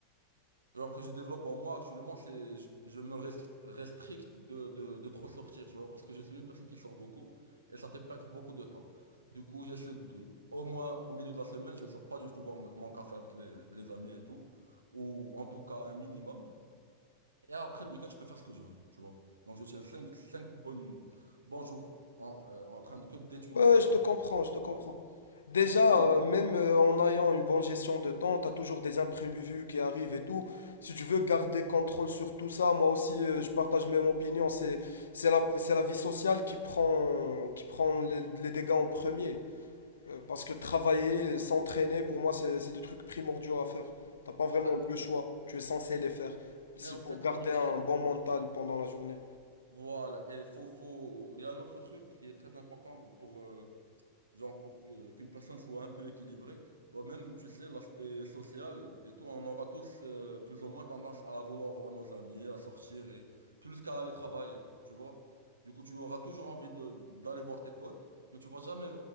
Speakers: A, on the right; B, on the left.
A: Genre que je développe en moi actuellement, c'est je, je me rest- restricte de, de, de trop sortir, tu vois, parce que je suis une personne qui sort beaucoup et ça fait perdre beaucoup de temps. Du coup, j'essaie de, au moins au milieu de la semaine, je sors pas du tout boire m- mon café avec les, les amis et tout, ou en tout cas un minimum. Et après le week-end, je peux faire ce que je veux, tu vois. Donc je tiens cinq cinq bonnes, bons jours en, euh, en train de, que d'étudier,
B: Ouais,
A: travailler.
B: je te comprends, je te comprends.
A: Voilà.
B: Déjà,
A: Et le-
B: euh, même euh, en ayant une bonne gestion de temps, t'as toujours des imprévus qui arrivent et tout. Si tu veux garder contrôle sur tout ça, moi aussi, euh, je partage même opinion. C'est, c'est la, c'est la vie sociale qui prend, qui prend les les dégâts en premier. Euh, Parce que travailler et s'entraîner, pour moi, c'est c'est des trucs primordiaux à faire. T'as pas vraiment
A: Exactement.
B: le choix. Tu es censé les faire. Si
A: Mais en
B: pour
A: fait,
B: garder
A: l'amitié,
B: un bon mental pendant la journée.
A: voilà. Et faut, faut... Il y a un autre truc qui est très important pour, euh, genre pour que- qu'une personne soit un peu équilibrée, bah même, tu sais, l'aspect social et tout, on aura tous euh, plus ou moins tendance à vouloir voir nos amis, à sortir et plus qu'à aller travailler, tu vois. Du coup, tu auras toujours envie de d'aller voir tes potes, mais tu vas jamais